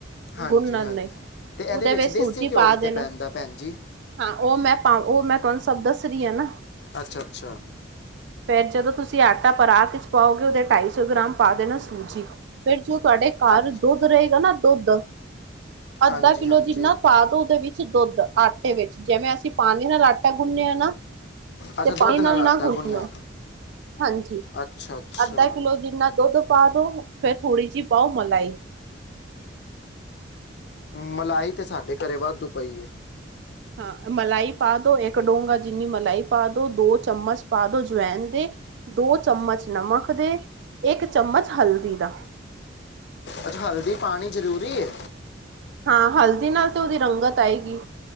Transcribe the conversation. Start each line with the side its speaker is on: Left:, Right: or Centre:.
Left: ਹਾਂਜੀ
Right: ਗੁੰਨਣ
Left: ਹਾਂਜੀ
Right: ਲਈ
Left: ਤੇ ਇਹਦੇ
Right: ਉਹਦੇ ਵਿੱਚ ਸੂਜੀ
Left: ਦੇਸੀ ਘਿਓ
Right: ਪਾ
Left: ਵੀ
Right: ਦੇਣਾ
Left: ਤੇ ਪੈਂਦਾ ਭੈਣ ਜੀ
Right: ਹਾਂ ਉਹ ਮੈਂ ਪਾ ਉਹ ਮੈਂ ਤੁਹਾਨੂੰ ਸਭ ਦੱਸ ਰਹੀ ਆ ਨਾ
Left: ਅੱਛਾ ਅੱਛਾ
Right: ਫੇਰ ਜਦੋਂ ਤੁਸੀਂ ਅੱਠ ਤਾ ਪਰਾਤ, ਪਾਓਗੇ ਉਹਦੇ ਢਾਈ ਸੌ ਗ੍ਰਾਮ ਪਾ ਦੇਣਾ ਸੂਜੀ ਫਿਰ, ਜੋ ਤੁਹਾਡੇ ਘਰ
Left: ਅੱਛ
Right: ਦੁੱਧ ਰਹੇਗਾ ਨਾ ਦੁੱਧ ਅੱਧਾ
Left: ਹਾਂਜੀ
Right: ਕਿਲੋ
Left: ਹਾਂਜੀ
Right: ਜਿੰਨਾ ਪਾਦੋ ਉਹਦੇ ਵਿੱਚ ਦੁੱਧ ਆਟੇ ਵਿੱਚ ਜਿਵੇਂ ਅਸੀਂ ਪਾਣੀ ਨਾਲ ਆਟਾ ਗੁਨਿਆ ਨਾ,
Left: ਅੱਛਾ
Right: ਤੇ
Left: ਦੁੱਧ
Right: ਪਾਣੀ
Left: ਨਾਲ ਆਟਾ
Right: ਨਾ ਗੁੰਨੋ
Left: ਗੁੰਨਨੇ
Right: ਹਾਂਜੀ
Left: ਅੱਛਾ। ਅੱਛਾ
Right: ਅੱਧਾ ਕਿਲੋ ਜਿੰਨਾ, ਦੁੱਧ ਪਾ ਦੋ ਫੇਰ ਥੋੜ੍ਹੀ ਜਿਹੀ ਪਾਓ ਮਲਾਈ,
Left: ਮਲਾਈ ਤੇ ਸਾਡੇ ਘਰੇ ਵਾਧੂ ਪਈ ਏ,
Right: ਹਾਂ ਮਲਾਈ ਪਾ ਦਉ ਇੱਕ ਡੋਂਗਾ ਜਿੰਨੀ ਮਲਾਈ ਪਾ ਦਉ ਦੋ ਚਮਚ ਪਾ ਦਉ ਜਵੈਨ ਦੇ ਦੋ ਚਮਚ ਨਮਕ ਦੇ ਇੱਕ ਚਮਚ ਹਲਦੀ ਦਾ।
Left: ਅੱਛਾ, ਹਲਦੀ ਪਾਣੀ ਜ਼ਰੂਰੀ ਏ?
Right: ਹਾਂ, ਹਲਦੀ ਨਾਲ ਤੇ ਉਹਦੀ ਰੰਗਤ ਆਏਗੀ।